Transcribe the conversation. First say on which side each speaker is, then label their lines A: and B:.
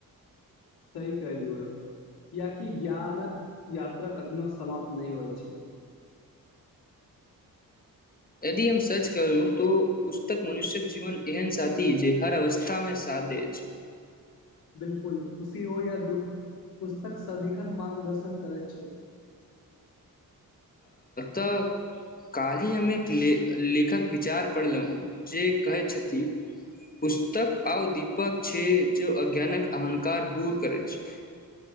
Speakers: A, on the left (about 85°); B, on the left (about 25°).
A: सही कहलीये, कियकि ज्ञानक यात्रा कखनो समाप्त नहि होइ छै।
B: यदि हम सर्च करू, त पुस्तक मनुष्य्यक जीवन एहन साथी जे हर अवस्था मे सा दे छै।
A: बिल्कुल, खुशी हो या दुःख पुस्तक सदिखन मार्गदर्शन करैत छै।
B: तऽ काल्हि हम एक लेखक विचार पढ़लहुँ, जे कहैत छथि पुस्तक आर दीपक छै, जे अज्ञानक अहंकार दूर करै छै।